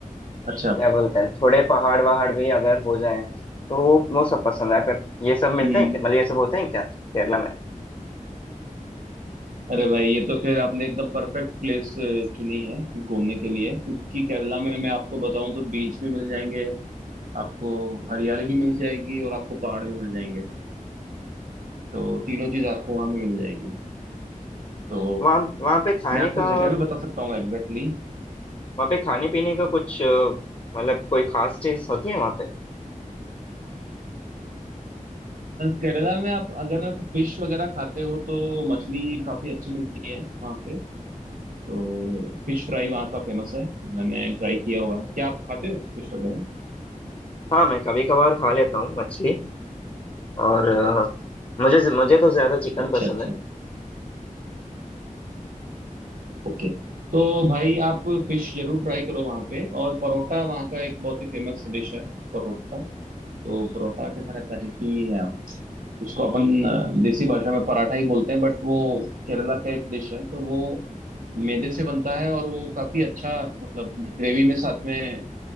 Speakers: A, on the right (about 80°); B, on the left (about 40°).
A: अच्छा
B: क्या बोलते हैं थोड़े पहाड़ वहाड़ भी अगर हो जाए तो वो वो सब पसंद है अगर ये सब मिलते
A: हम्म
B: हैं क्या मतलब ये सब होते हैं क्या केरला में
A: अरे भाई ये तो फिर आपने एकदम परफेक्ट प्लेस चुनी है घूमने के लिए क्योंकि केरला में मैं आपको बताऊं तो बीच भी मिल जाएंगे आपको हरियाली भी मिल जाएगी और आपको पहाड़ भी मिल जाएंगे तो तीनों चीज आपको वहां पे मिल जाएगी तो
B: वहाँ वहाँ पे खाने
A: मैं आपको
B: का
A: जगह
B: वहाँ
A: भी बता सकता हूँ एग्जैक्टली
B: पे खाने पीने का कुछ अ, मतलब कोई खास चीज होती है वहाँ पे
A: केरला में आप अगर आप फिश वगैरह खाते हो तो मछली काफी अच्छी मिलती है वहाँ पे तो फिश फ्राई वहाँ का फेमस है मैंने ट्राई किया हुआ है क्या आप खाते हो फिश वगैरह
B: हाँ मैं कभी कभार खा लेता हूँ मछली और अ, मुझे मुझे तो ज्यादा चिकन
A: अच्छा
B: पसंद
A: अच्छा
B: है
A: ओके तो भाई आप फिश जरूर ट्राई करो वहाँ पे और परोठा वहाँ का एक बहुत ही फेमस डिश है परोठा तो परोठा कैसा रहता है कि अ, उसको अपन अ, देसी भाषा में पराठा ही बोलते हैं बट वो केरला का एक डिश है तो वो मैदे से बनता है और वो काफी अच्छा मतलब ग्रेवी में साथ में